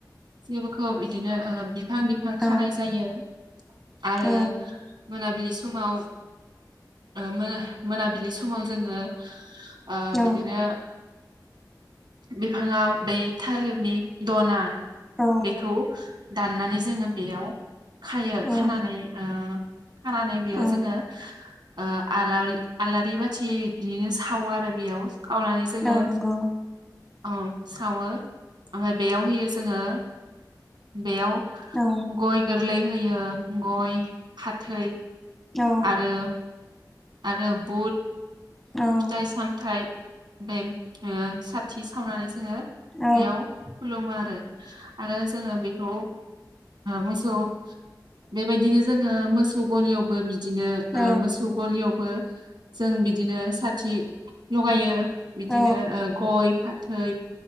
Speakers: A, on the right; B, in the centre.
A: जिगाबखौ इदिनो बिफां- बिफां
B: औ
A: खानाय जायो। आरो
B: औ
A: मोनाबिलि समाव ओ मोनाबिलि समाव जोङो ओ
B: औ
A: बिदिनो बिफाङाव दै थालिरनि दना
B: औ
A: बेखौ दाननानै जोङो बेयाव खायो
B: औ
A: खानानै ओ खानानै बेयाव
B: औ
A: जोङो ओ आलारि -आलारि बाथि बिदिनो सावो आरो बेयाव। सावनानै जोङो
B: औ नंगौ
A: औ सावो ओमफाय बेयाव होयो जोङो बेयाव
B: औ
A: गय गोरलै होयो गय फाथै
B: औ
A: आरो आरो बुट
B: औ
A: फिथाइ -सामथाइ बे ओ साथि सावनानै जोङो
B: औ
A: बेयाव खुलुमो आरो। आरो जोङो बेखौ मोसौ बेबायदिनो जोङो मोसौ गलियावबो बि दिनो
B: औ
A: ओ मोसौ गलियावबो जों बिदिनो साथि लगायो। बिदिनो
B: औ
A: ओ गय फा थै